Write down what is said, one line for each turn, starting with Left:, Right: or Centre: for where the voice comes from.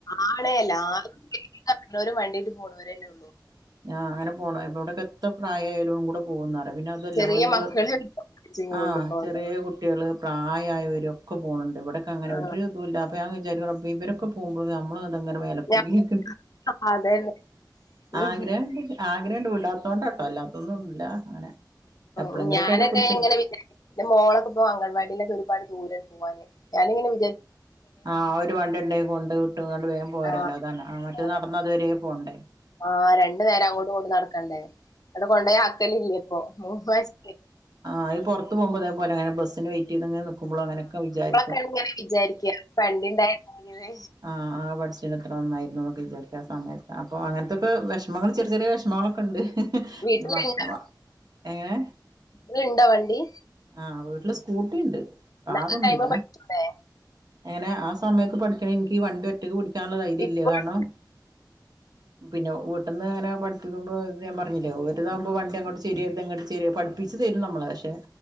Left: ആണേ ല്ലാ ആ <unintelligible> എണോരം വണ്ടീട്ട് പോണര്ന്നെ ഉള്ളൂ
Right: ഞാന് പോകണ ഇവിടൊക്കെ എത്ര പ്രായാലലും കൂടെ പോകുന്നാറ്യോ പിന്നെ തുല്ല
Left: ചെറിയ
Right: നമ്മളീനിപ്
Left: മക്കളെ വിളിച്ച് പോകുന്നുണ്ട്
Right: ആഹ്
Left: ഇപ്പൊ
Right: ചെറിയ
Left: അവിടെ
Right: കുട്ട കുട്ടികള് പ്രായമായവരും ഒക്കെ പോകുന്നുണ്ട് ഇവിടൊക്കെ അങ്ങനെ
Left: ആ,
Right: ഒരുത ഇല്ല അ വിചാരി <unintelligible> ഇവരൊക്കെ പോകുമ്പോൾ നമ്മള തങ്ങനെ മേലെ പോയി
Left: ഞാൻ
Right: <unintelligible>
Left: അതന്നെ ഉം.
Right: ആഗ്രഹ ഉണ്ട്ന് ആഗ്രഹം ഉണ്ട് വിടാത്തതോണ്ടാ ട്ടോ അല്ലാത്തൊന്നും ഇല്ല അങ്ങനെ എപ്പളെങ്കിലൊക്കെ
Left: ഉം ഞാനൊക്കെ
Right: ആയിട്ട് പിടിച്ചിട്ട്
Left: എങ്ങനെ വിചാരി മോളൊക്കെ ഇപ്പോ അംഗൻവാടിയിലൊക്കെ ഒരുപാട് ദൂരണ്ട് പോവാന് ഞാനിങ്ങനെ വിചാരി
Right: ആഹ് ഒരു വണ്ടി ഉണ്ടേ കൊണ്ട് വിട്ട്ണ്ട് വേൻ പോരല്ലോ
Left: ആ
Right: അതാണ് അഹ് മറ്റേത്
Left: ആ,
Right: നടന്നതുവരെയ പോകണ്ടേ <inaudible>
Left: ആഹ് രണ്ടു നേരം അങ്ങോട്ടിങ്ങോട്ട് നടക്കണ്ടേ അവിടെ കൊണ്ട പോയി ആക്കല് ഇല്ല്യാ പ്പൊ മൂന്ന്സ
Right: ആഹ് ഈ പുറത്ത് പോവുമ്പോ അതേലെങ്ങനെ ബസിന് വെയിറ്റ് തങ്ങനെ നിക്കുമ്പോ അങ്ങനൊക്കെ വിചാരിക്കും.
Left: ഞാൻ വിചാരിക്ക വണ്ടിണ്ടായിങ്ങനേ
Right: ആഹ് ആ പഠിച്ചിന് ഇത്ര നന്നായിരുന്നു വിചാരിക്കാ സമയത്ത് അപ്പോ അങ്ങനത്തൊക്കെ വിഷമങ്ങൾ ചെറിയ ചെറിയ വിഷമങ്ങളൊക്കെ ഉണ്ട് ഇനി
Left: വീട്ടിലുണ്ടോ
Right: മക് മ എങ്ങനെ
Left: വി ഉണ്ടാവണ്ടി?
Right: ആഹ് വീട്ടില് സ്കൂട്ടിണ്ട് കാറൊന്നുല്ല
Left: ഇന്നത്തെ ടൈമ് പഠിച്ചൂടെ
Right: അങ്ങനെ ആ സമയത്ത് പഠിക്കണ എനിക്ക് വണ്ടി ഒറ്റക്ക് പിടിക്കാനുള്ള ധൈര്യല്ല്യ
Left: ഇപ്പഴും
Right: കാണോം <inaudible> പിന്നെ വീട്ട്ന്ന് അങ്ങനെ പിഠ്പ്പിക്ക്പോ ഞാ പറഞ്ഞില്ലേ ഒരു താവുമ്പോ വണ്ടി അങ്ങട്ട് ചെരിയരുത്ങ്ങോട്ട് പഠ്പി പപ്പിച്ചച്ച് തരും നമ്മളെ പക്ഷെ